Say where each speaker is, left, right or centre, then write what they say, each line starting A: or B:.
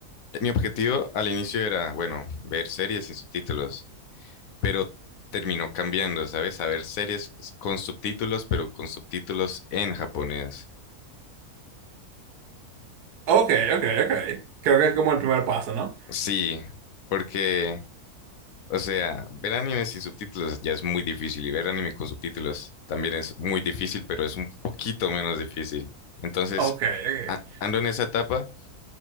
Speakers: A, on the left; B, on the right.
A: mi objetivo al inicio era, bueno, ver series sin subtítulos, pero terminó cambiando, ¿sabes? A ver series con subtítulos, pero con subtítulos en japonés.
B: Ok, ok, ok. Creo que es como el primer paso, ¿no?
A: Sí, porque O sea, ver anime sin subtítulos ya es muy difícil y ver anime con subtítulos también es muy difícil, pero es un poquito menos difícil. Entonces,
B: Ok, ok.
A: a- ando en esa etapa